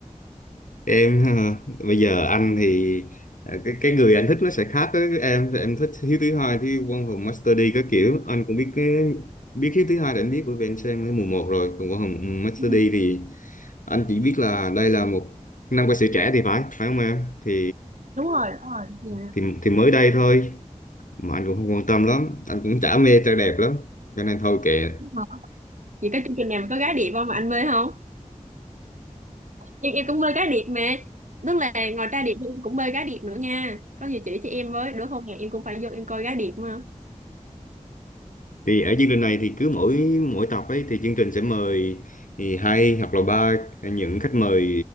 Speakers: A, on the left (about 80°); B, on the right (about 70°).
A: em hả? bây giờ anh thì à, cái cái người anh thích nó sẽ khác với em em thích Hiếu Thứ Hai thì Quân Hùng Master D các kiểu anh cũng biết cái biết Hiếu Thứ Hai là anh biết bởi vì anh xem cái mùa một rồi còn Quân Hùng Master
B: Ừ,
A: D thì anh chỉ biết là đây là một nam ca sĩ trẻ thì phải phải không em thì
B: đúng rồi đúng rồi Dạ.
A: thì thì mới đây thôi mà anh cũng không quan tâm lắm anh cũng chả mê trai đẹp lắm cho nên thôi kệ
B: Đúng rồi. vậy có chương trình nào mà có gái đẹp không mà anh mê không nhưng em cũng bơi cá điệp mà tức là ngoài ra điệp thì em cũng bơi cá điệp nữa nha có gì chỉ cho em với đứa hôm nào em cũng phải vô em coi cá điệp mà
A: thì ở chương trình này thì cứ mỗi mỗi tập ấy thì chương trình sẽ mời thì hai hoặc là ba những khách mời